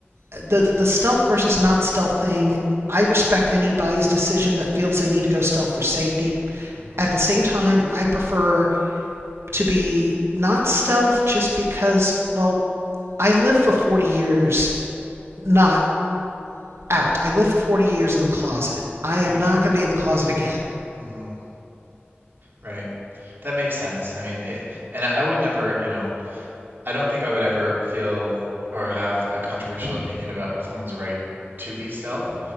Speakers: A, on the right; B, on the right.
A: the the stealth versus not stealth thing. I respect anybody's decision that feels they need to go stealth for safety.
B: hmm
A: At the same time, I prefer to be not stealth just because, well, I live for 40 years not out. I live for 40 years in the closet. I am
B: Right.
A: not going to be in the closet again.
B: hmm Right. That makes sense. I mean, it, and I I would never, you know. I don't think I would ever feel or have a controversial opinion about someone's right to be stealth.